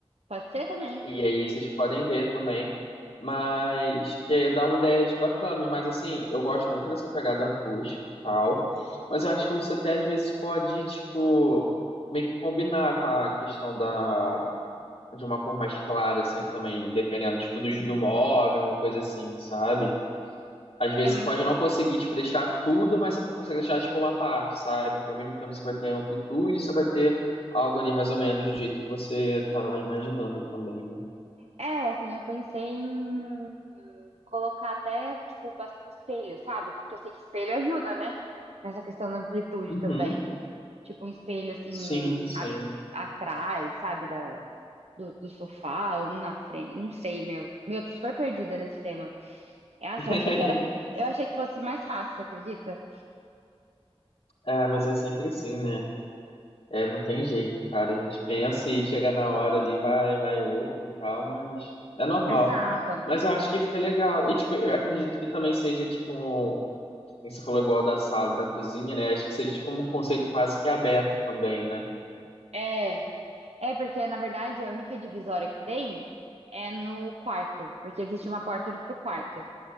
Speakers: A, on the right; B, on the left.
A: Pode ser também.
B: E aí vocês podem ver também. Mas que dá uma ideias bacanas, mas assim, eu gosto muito dessa pegada rústica e tal. Mas eu acho que você até às vezes pode, tipo, meio que combinar com a questão da, de uma cor mais clara, assim, também, dependendo, tipo, do, do móvel, uma coisa assim, sabe? Às vezes
A: É,
B: você pode não conseguir, tipo, deixar tudo, mas você consegue deixar, tipo, uma parte, sabe? Que ao mesmo tempo você vai ter amplitude, você vai ter algo ali mais ou menos do jeito que você estava imaginando também, né?
A: É, assim, eu pensei em colocar até, tipo, bas- espelho, sabe? Porque eu sei que espelho ajuda, né? Nessa questão da amplitude
B: Uhum.
A: também. Tipo, um espelho, assim,
B: Sim, sim.
A: a- atrás, sabe? Da, do, do sofá, ou um na frente. Não sei, meu. Meu, eu tô super perdida nesse tema. Nossa,
B: <laughs>
A: eu achei que era. Eu achei que fosse mais fácil, você acredita?
B: Ah, mas é sempre assim, né? É, não tem jeito, cara. A gente pensa e chega na hora ali, vai, vai outro e tal, mas é normal.
A: Exato.
B: Mas eu acho que fica legal. E, tipo, eu acredito que também seja, tipo, um... é que Você falou igual da sala e da cozinha, né? Acho que seja, tipo, um conceito quase que aberto também, né?
A: É. É, porque, na verdade, a única divisória que tem é no quarto. Porque existe uma porta no- pro quarto.